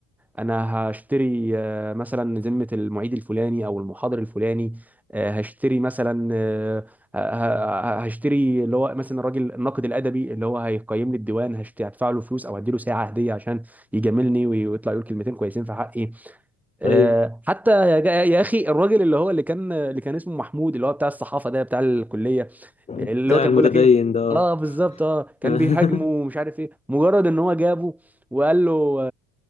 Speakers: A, in the centre; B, on the left (about 15°).
A: أنا هشتري آه، مثلا ذمة المعيد الفلاني أو المحاضر الفلاني آه، هشتري مثلا آه، ه- ه- هشتري اللي هو مثلا الراجل الناقد الادبي اللي هو هيقيم لي الديوان هشت- هدفع له فلوس او هديله ساعه هديه عشان يجاملني وي- ويطلع يقول كلمتين كويسين في حقي آه،
B: ايوه
A: حتى يا جا- يا اخي الراجل اللي هو اللي كان اللي كان اسمه محمود اللي هو بتاع الصحافه ده بتاع الكليه
B: بتاع
A: اللي هو كان
B: المتدين
A: بيقول لك ايه
B: ده اه
A: اه بالظبط اه كان
B: <laughs>
A: بيهاجمه ومش عارف ايه مجرد ان هو جابه وقال له